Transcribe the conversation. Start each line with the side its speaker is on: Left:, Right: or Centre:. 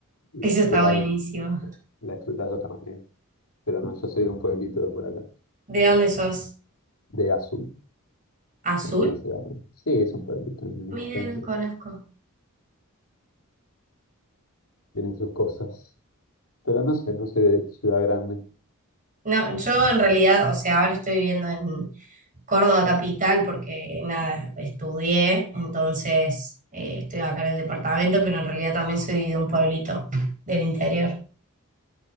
Left: y
Right: Eso
Left: la explotás
Right: está buenísimo.
Left: de, la explotás de otra manera. Pero no, yo soy de un pueblito de por acá,
Right: ¿De dónde sos?
Left: de Azul.
Right: ¿Azul?
Left: Es una ciudad. ¿no? Sí, es un pueblito en el
Right: Mira,
Left: centro.
Right: no conozco.
Left: Tienen sus cosas. Pero no sé, no soy de ciudad grande.
Right: No, yo en realidad, o sea, ahora estoy viviendo en Córdoba capital porque nada, estudié, entonces eh, estoy acá en el departamento, pero en realidad también soy de un pueblito del interior.